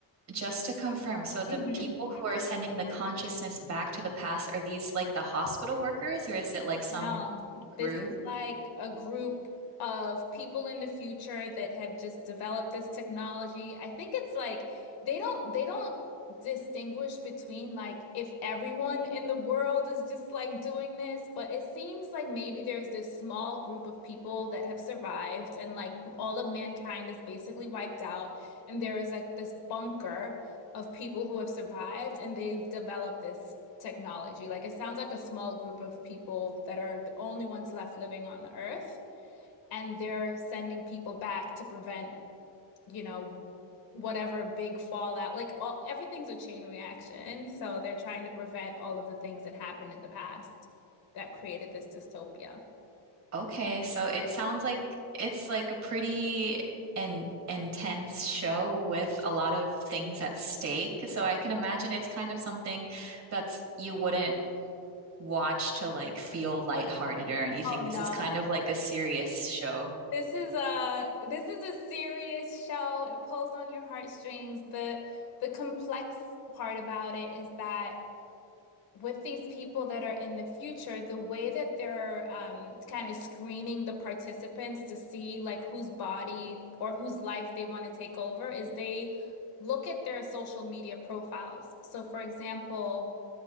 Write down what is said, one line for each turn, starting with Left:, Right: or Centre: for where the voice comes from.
Right: just to confirm, so the
Left: Mm-hmm.
Right: people who are sending the consciousness back to the past, are these like the hospital workers or is it like some
Left: No,
Right: group?
Left: this is like a group of people in the future that have just developed this technology. I think it's like they don't they don't distinguish between like if everyone in the world is just like doing this, but it seems like maybe there's this small group of people that have survived and like all of mankind is basically wiped out and there is like this bunker of people who have survived and they've developed this technology. Like it sounds like a small group of people that are the only ones left living on the earth, and they're sending people back to prevent, you know, whatever big fallout. Like all, everything's a chain reaction, so they're trying to prevent all of the things that happened in the past that created this dystopia.
Right: Okay, so it sounds like it's like a pretty an intense show with a lot of things at stake. So I can imagine it's kind of something that's you wouldn't watch to like feel lighthearted or anything.
Left: Oh no.
Right: This is kind of like a serious show.
Left: This is a this is a serious show. It pulls on your heartstrings. The the complex part about it is that with these people that are in the future, the way that they're um, kind of screening the participants to see like whose body or whose life they want to take over is they look at their social media profiles. So, for example,